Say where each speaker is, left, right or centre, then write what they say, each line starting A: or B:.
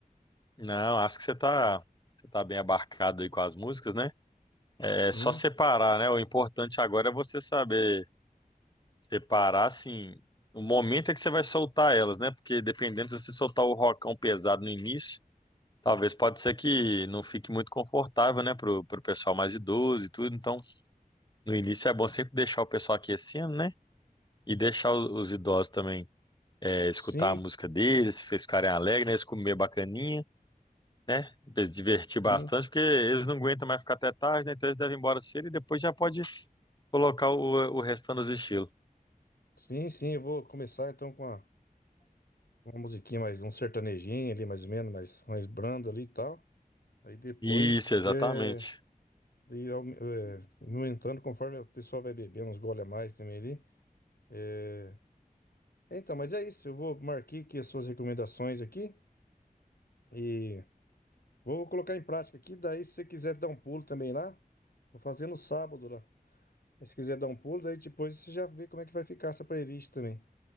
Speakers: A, on the left; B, on the left.
A: Não, acho que você tá, você tá bem abarcado aí com as músicas, né? É
B: Sim,
A: só separar, né? O importante agora é você saber separar, assim, o momento é que você vai soltar elas, né? Porque dependendo se você soltar o rocão pesado no início, talvez pode ser que não fique muito confortável, né? Pro, pro pessoal mais idoso e tudo. Então, no início é bom sempre deixar o pessoal aquecendo, né? E deixar os, os idosos também é, escutar
B: sim,
A: a música deles, se eles ficarem alegres, né? Eles comer bacaninha. Né? Pra Eles se divertir bastante,
B: sim,
A: porque eles não aguentam mais ficar até tarde, né? Então eles devem ir embora cedo e depois já pode Colocar o, o restante dos estilos.
B: sim, sim. Eu vou começar então com uma, uma musiquinha mais, um sertanejinho ali, mais ou menos, mais, mais brando ali e tal. Aí depois.
A: Isso, exatamente.
B: eh, E é, aumentando conforme o pessoal vai bebendo, uns gole a mais também ali. É, é, então, mas é isso. Eu vou marquei aqui as suas recomendações aqui e vou colocar em prática aqui. Daí, se você quiser dar um pulo também lá, vou fazer no sábado lá. Aí, se quiser dar um pulo, daí depois você já vê como é que vai ficar essa playlist também.